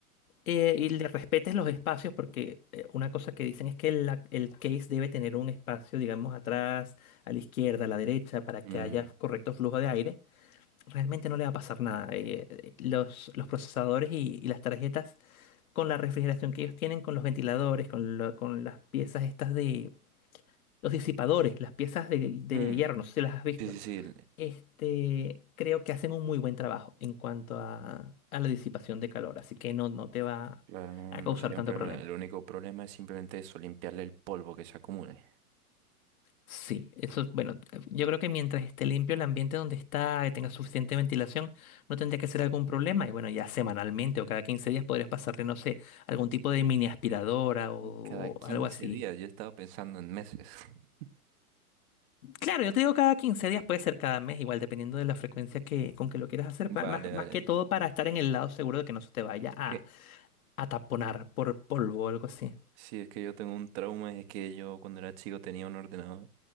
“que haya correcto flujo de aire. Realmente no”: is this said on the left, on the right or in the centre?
Left